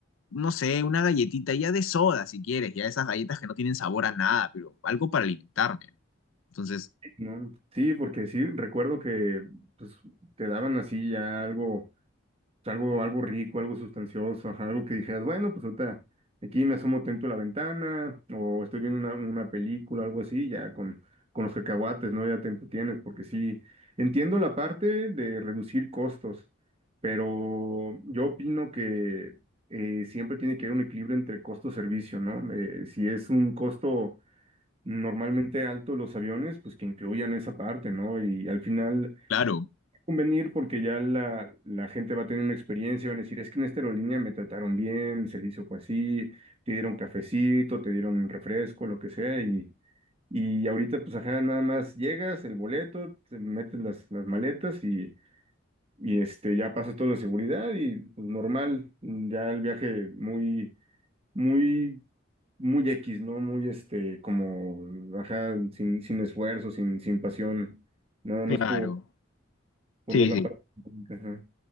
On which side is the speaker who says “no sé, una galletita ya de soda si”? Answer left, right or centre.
Left